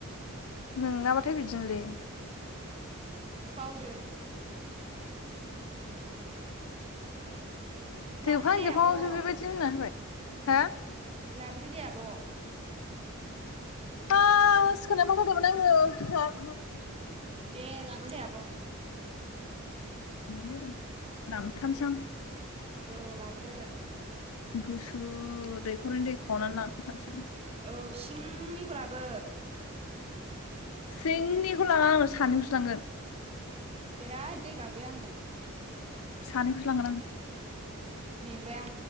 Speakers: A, on the left; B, on the right.
A: नोंनाबाथाय बिदिनोलै।
B: बावदो।
A: जोबहां
B: लाबोदो दे
A: जोबहां
B: आब'
A: आवसो बेबायदि होनना होबाय। हा?
B: लाबोदो दे आब'।
A: ह स सिखारनो बाथारदोंमोन आङो।
B: <inaudible> दे लाबो दे आब'।
A: <unintelligible> लांथारसै आं।
B: औ लाबोदो।
A: गुसु दैखरनि दै खावनानै लानाथांसै आं।
B: औ सिंनिखौ लाबो।
A: सिंनिखौ लांआ आंङो सानैखौनांगोन।
B: बिराद दै गांबाय आङो।
A: सानि खोसो लांगोन आं।
B: मेंबाय आं।